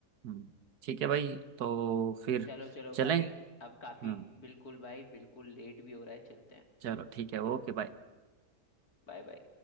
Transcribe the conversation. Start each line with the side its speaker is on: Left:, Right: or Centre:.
Right: हम्म, ठीक है भाई तो फिर
Left: चलो चलो
Right: चलें
Left: भाई अब काफी
Right: हम्म
Left: बिल्कुल भाई बिल्कुल लेट भी हो रहा है चलते हैं
Right: चलो ठीक है ओके बाय
Left: Bye bye